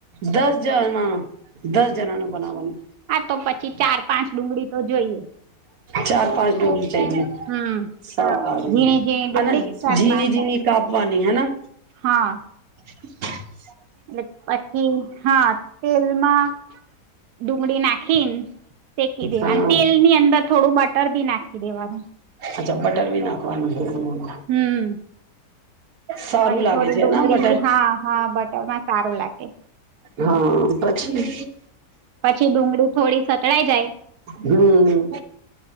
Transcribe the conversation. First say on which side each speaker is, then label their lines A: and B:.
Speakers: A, on the right; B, on the right.
A: દસ જણાનું દસ જણાનું બનાવાનું
B: હા તો પછી ચાર પાંચ ડુંગળી તો જોઈએ.
A: ચાર પાંચ ડુંગળી
B: હમ
A: સારું
B: ઝીણી
A: હજી,
B: ઝીણી ડુંગળી ચાર
A: જીની,
B: પાંચ
A: જીની કાપ વાની હેના
B: હા,
A: હ.
B: એટલે પછી હા તેલમાં ડુંગળી નાખીને શેકી દે
A: હા
B: અને તેલ ની અંદર થોડું બટર ભી નાખી દેવા નું
A: અચ્છા, બટર બી નાખવાનું હમ,
B: હમ
A: સારું
B: પછી
A: લાગે
B: થોડી
A: છે.
B: ડુંગળી
A: એના બટર
B: હા હા બટરમાં સારું લાગે
A: હા, પછી
B: પછી ડુંગળી થોડી સાંતળી જાય
A: હમ